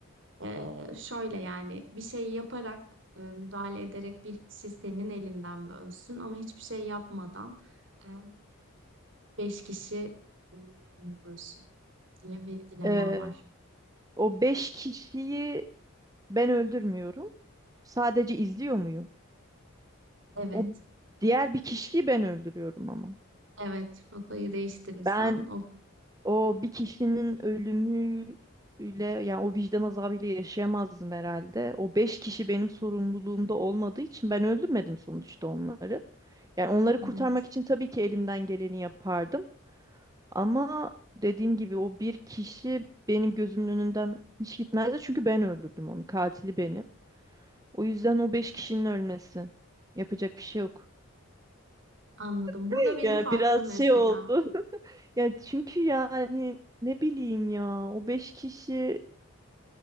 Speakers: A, on the right; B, on the right.
A: Eee, şöyle yani bir şey yaparak eee, müdahale ederek bir kişi senin elinden mi ölsün ama hiçbir şey yapmadan eee, beş kişi mi ölsün diye bir dilema
B: Ee,
A: var.
B: o beş kişiyi ben öldürmüyorum. Sadece izliyor muyum?
A: Evet,
B: O diğer bir kişiyi ben öldürüyorum ama.
A: evet. Rotayı değiştirirsen
B: Ben
A: o
B: o bir kişinin ölümüyle yani o vicdan azabıyla yaşayamazdım herhalde. O beş kişi benim sorumluluğumda olmadığı için ben öldürmedim sonuçta onları. Yani onları kurtarmak
A: evet.
B: için tabii ki elimden geleni yapardım. Ama dediğim gibi o bir kişi benim gözümün önünden hiç gitmezdi. Çünkü ben öldürdüm onu. Katili benim. O yüzden o beş kişinin ölmesi. Yapacak bir şey yok.
A: Anladım. Burada
B: <laughs>
A: benim
B: Yani
A: farklı
B: biraz
A: mesela.
B: şey oldu. <laughs> Ya çünkü yani ne bileyim ya o beş kişi